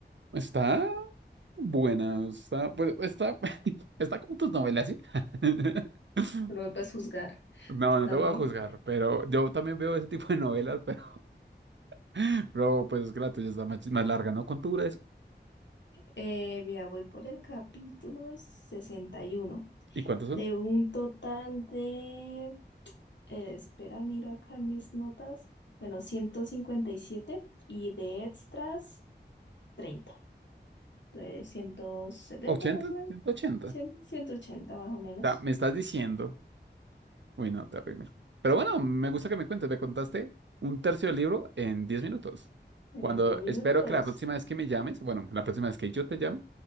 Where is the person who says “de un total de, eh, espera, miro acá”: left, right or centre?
Left